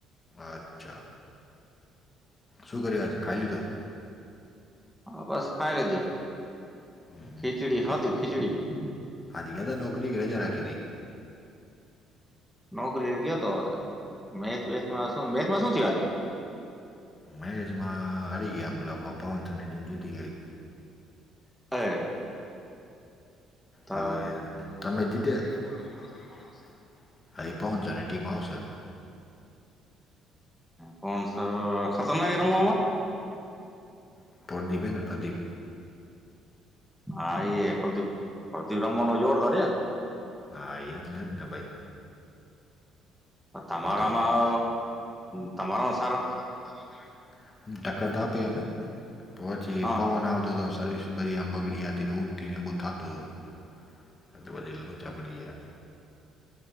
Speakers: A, on the left; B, in the centre.
A: અચ્છા શું કર્યું આજે ખાઈ લીધું
B: હા બસ ખાઈ લીધી
A: હમ હમ
B: ખીચડી હતી ખીચડી
A: આજે ગ્યા તા નોકરી કે રજા રાખી તી
B: નોકરી ગયોતો મેચ વેચ માં શું મેચમાં શું થયું આજે
A: મેચમાં હારી ગયા અમે લોકો પવનસરની ટીમ જીતી ગઈ.
B: <unintelligible> તો
A: હવે તમે જીતે અમારા સામે કોણ આવશે હાય પવન સરની ટીમ આવશે
B: પવન સર ખતરનાખ રમે આમાં
A: <unintelligible> પ્રદીપ
B: હા એે પ્રદીપ પ્રદીપ રમાંનો જોરદાર હે
A: હા એટલે જ ને ભાઈ
B: તમારામાં
A: હા તો
B: તમારામાં
A: સારા નોતા કોઈ ખેલાડી ટક્કર તો આપી અમે પછી
B: હા
A: પવન આવતો હતો સર્વિસ બધી આમ બગડી હતી ને <unintelligible> લોચા પડી ગયા